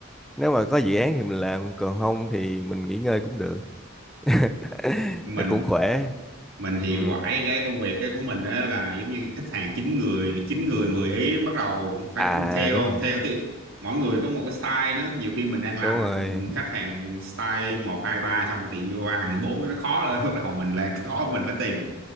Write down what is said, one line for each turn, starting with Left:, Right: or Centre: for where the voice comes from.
Centre: nếu mà có dự án thì mình làm còn không thì mình nghỉ ngơi cũng được <laughs>
Right: mình
Centre: nó cũng khỏe
Right: mình thì
Centre: ừ.
Right: quải cái công việc cái của mình á là giống như khách hàng chín người chín người mười ý bắt đầu phải
Centre: à
Right: theo
Centre: đúng rồi
Right: theo thì mỗi người có một cái style nữa nhiều khi mình đang làm
Centre: đúng rồi
Right: khách hàng style một hai ba xong rồi tự nhiên qua hàng bốn nó khó lên bắt đầu mình lại khó mình phải tìm